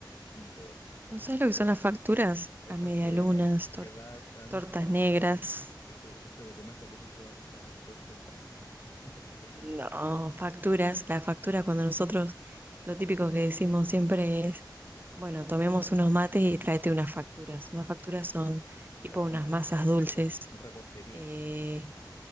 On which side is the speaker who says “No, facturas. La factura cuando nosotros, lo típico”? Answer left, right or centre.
Right